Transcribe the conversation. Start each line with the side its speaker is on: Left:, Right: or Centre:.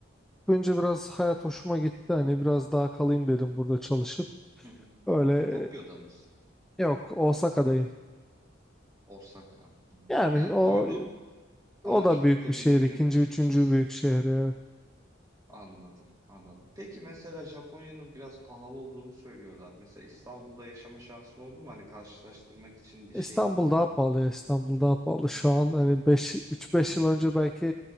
Centre: önce biraz hayat hoşuma gitti. Hani biraz daha kalayım dedim burada çalışıp.
Right: Hı hı.
Centre: Öyle
Right: Tokyo'da mısın?
Centre: e, yok Osaka'dayım.
Right: Osaka. Hı.
Centre: Yani
Right: Yani
Centre: o
Right: duydum. Ama
Centre: o da
Right: çok
Centre: büyük
Right: da
Centre: bir şehir.
Right: bilgim
Centre: ikinci,
Right: yok açıkçası.
Centre: üçüncü büyük şehir. evet.
Right: Anladım, anladım. Peki mesela Japonya'nın biraz pahalı olduğunu söylüyorlar. Mesela İstanbul'da yaşama şansın oldu mu? Hani karşılaştırmak için bir
Centre: İstanbul
Right: şeyin var
Centre: daha
Right: mı?
Centre: pahalı. ya, İstanbul daha pahalı. Şu an hani 5 3-5
Right: Hı.
Centre: yıl önce belki